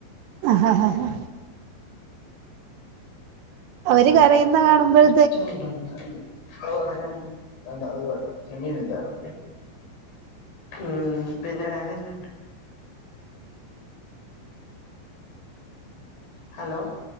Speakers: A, on the right; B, on the left.
A: ആഹ് ആഹ് അവര് കരയുന്ന കാണുമ്പോൾ.
B: <unintelligible> വേണ്ട അത് വേണ്ട ചെമ്മീൻ ഇന്താണ്. ഉമ് പിന്നെ വേറെ ന്നാ ഹലോ